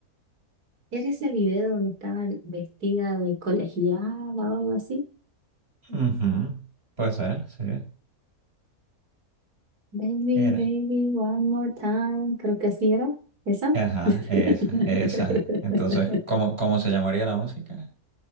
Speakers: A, on the right; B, on the right.
A: que era ese video donde estaba vestida de colegiala o algo así.
B: ujú, Puede ser, sí.
A: Baby,
B: Era.
A: baby, one more time. Creo que así era. ¿Esa?
B: Ajá, esa,
A: <laughs>
B: esa. Entonces, ¿cómo, cómo se llamaría la música?